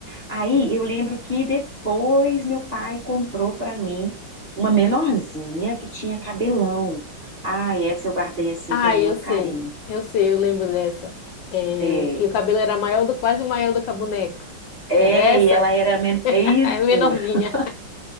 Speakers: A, on the right (about 25°); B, on the left (about 75°).
A: Aí eu lembro que depois meu pai comprou pra mim uma menorzinha que tinha cabelão. Ah, essa eu guardei assim
B: Ah,
A: com muito
B: eu sei.
A: carinho.
B: Eu sei, eu lembro dessa. É,
A: É,
B: que o cabelo era maior do, quase maior do que a boneca.
A: é,
B: Era essa?
A: e ela era men...
B: <laughs>
A: é isso.
B: É menorzinha.
A: <laughs>